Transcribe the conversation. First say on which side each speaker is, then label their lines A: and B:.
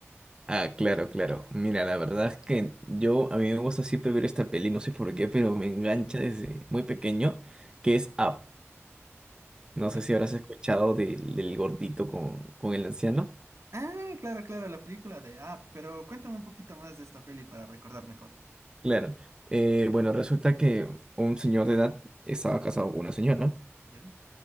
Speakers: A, on the right; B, on the right.
A: Ah, claro, claro. Mira, la verdad es que yo, a mí me gusta siempre ver esta peli, no sé por qué, pero me engancha desde muy pequeño, que es Up. No
B: la
A: sé si
B: película.
A: habrás escuchado del, del gordito con, con el anciano.
B: Ah, claro, claro, la película de Up, pero cuéntame un poquito más de esta peli para recordar mejor.
A: Claro. Eh, bueno, resulta que un señor de edad estaba casado con una señora.
B: ¿Ya?